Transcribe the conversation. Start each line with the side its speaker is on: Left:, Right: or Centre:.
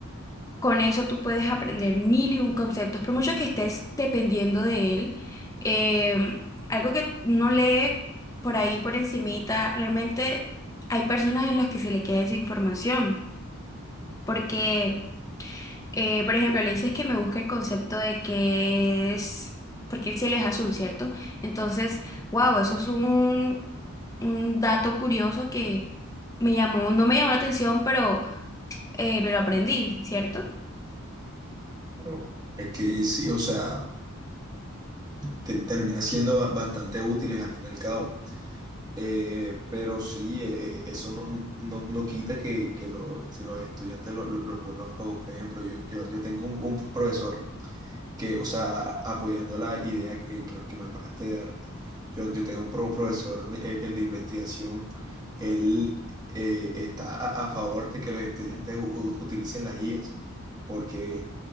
Left: con eso tú puedes aprender mil y un conceptos, por mucho que estés dependiendo de él. eh, algo que uno lee por ahí, por encimita, realmente hay personas en las que se le queda esa información, porque Eh, por ejemplo, le dices que me busque el concepto de que es, porque el cielo es azul, ¿cierto? Entonces, wow, eso es un, un dato curioso que me llamó, no me llamó la atención, pero eh, me lo aprendí, ¿cierto?
Right: Claro. Es que sí, o sea, te- termina siendo ba- bastante útiles al fin y al cabo. Eh, pero sí, eh, eso no, no, no quita que, que los, que los estudiantes los lo, lo- los vuelva flojo. Por ejemplo, yo, yo, yo tengo un, un profesor que, o sea, a- apoyando la idea que, que, que me acabaste de dar, yo, yo tengo un pro- profesor, de- el, el de investigación, él eh, está a, a favor de que los estudiantes u- u- utilicen las IAs, porque